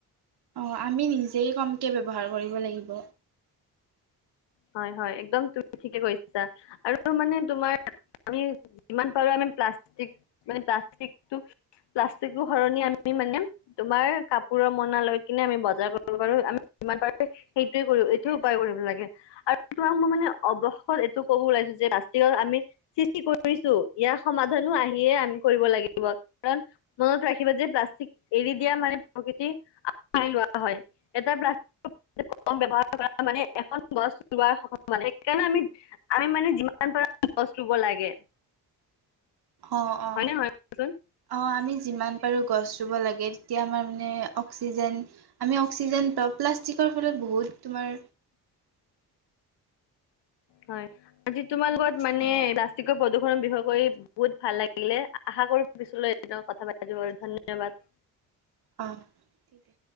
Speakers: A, on the right; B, on the left.
A: অ আমি নিজেই কমকে ব্যৱহাৰ কৰিব লাগিব।
B: হয় হয় একদম তুমি ঠিকে কৈছছা আৰু মানে তোমাৰ আমি যিমান পাৰো আমি। প্লাষ্টিক মানে প্লাষ্টিকটো। প্লাষ্টিকো সলনি আমি মানে, তোমাৰ কাপোৰৰ মনা লৈ কিনে আমি বজাৰ কৰিব পাৰো। যিমান পাৰে সেইটোৱে কৰিব এইটোয়ে উপায় কৰিব লাগে। আৰু তোমাক মই মানে অৱসত এইটো কব ওলাইছো যে প্লাষ্টিকত, আমি সৃষ্টি কৰিছো ইয়াৰ সময়। আহিয়ে আমি কৰিব লাগিব, কাৰণ মনত ৰাখিব যে প্লাষ্টিক এৰি দিয়া মানে প্ৰকৃতিৰ। লোৱা হয়, এটা প্লাষ্টিক ব্যৱহাৰ কৰা মানে এখন গছ। ৰোৱাৰ সম্ভাৱান সেইকাৰণে আমি, আমি মানে যিমান পাৰ গছ ৰুব লাগে।
A: অ অ,
B: হয় নে নহয় কোৱাচোন
A: অ আমি। যিমান পাৰো গছ ৰুব লাগে তেতিয়া আমাৰ মানে অক্সিজেন, আমি অক্সিজেন পাওঁ প্লাষ্টিকত। ফলত বহুত তোমাৰ।
B: উ। <unintelligible> হয়। আজি তোমাৰ লগত মানে
A: অঁ
B: প্লাষ্টিকৰ প্ৰদূৰণৰ বিষয়ে কৰি, বহুত ভাল লাগিলে আশা কৰো পিছ। কথা পাতি ব ধন্যবাদ।
A: অ আছে।